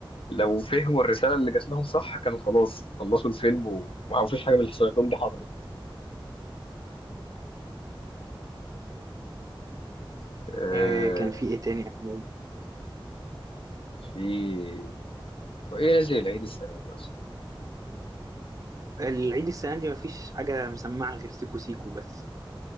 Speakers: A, on the left (about 80°); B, on the right (about 40°).
A: لو فهموا الرساله اللي جات لهم صح كانوا خلاص خلصوا الفيلم و- وما فيش حاجه من اللي حصلت لهم دي حصلت آه
B: آه، كان في ايه تاني أفلام؟
A: في هو ايه نزل العيد السنه دي اصلا
B: العيد السنه دي مفيش حاجه مسمعه غير سيكو سيكو بس